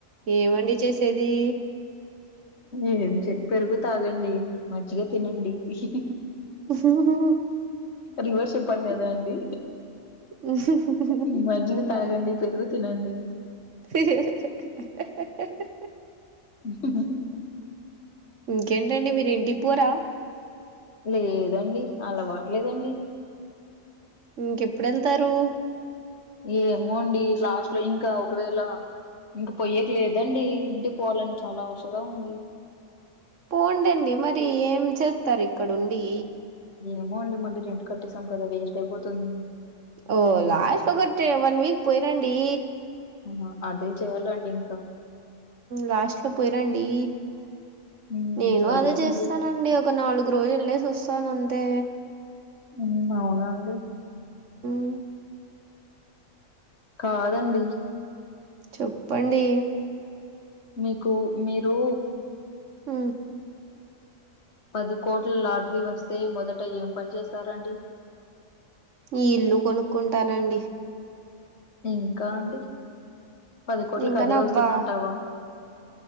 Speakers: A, on the right; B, on the left.
A: ఏమండి చేసేది
B: ఏం పెరుగు తాగండి మంచిగా తినండి హి హి
A: హ హ్మ్
B: రివర్స్ చెప్పాను కదా అండి
A: ఉహుహ్మ్
B: ఈ మజ్జిగ తాగండి పెరుగు తినండి
A: హి హి హి
B: ఉ హ్మ్ హ్మ్
A: ఇంకేంటండి మిరింటికి పోరా
B: లేదండి అల్వాట్లేదండి
A: ఇంకెప్పుడేల్ళ్తారు
B: ఏమోండి లాస్ట్లో ఇంకా ఒకవేళ ఇంక పోయ్యకెలేదండి ఇంటికి పోవాలని చాలా ఆశగా ఉంది
A: పోందండి మరి ఏం చేస్తారు ఇక్కడుండి
B: ఏమో అండి మళ్ళీ రెంట్ కట్టేసాం కదా వేస్ట్ అయిపోతుంది
A: ఓ లాస్ట్ ఒకటి వన్ వీక్ పోయిరండి
B: ఆ అదే చెయాలండి ఇంకా
A: లాస్ట్లో పోయిరాండి
B: ఉమ్,
A: నేను
B: సరే
A: అదే చేస్తానండి
B: అండి
A: ఒక నాలుగు రోజుల్లేస్సి వస్తాను అంతే
B: హ్మ్ అవునా అండి
A: మ్
B: కాదండి
A: చోప్పండి
B: మీకు మీరు
A: ఆ
B: పది కోట్ల లాటరీ వస్తే మొదట ఏం పని చేస్తారండి
A: ఈ ఇల్లు కొనుక్కుంటానండి
B: ఇంకా అండి పది కోట్లల్కు
A: ఇంకా
B: అదే
A: నా
B: వస్తుందంటావా
A: బా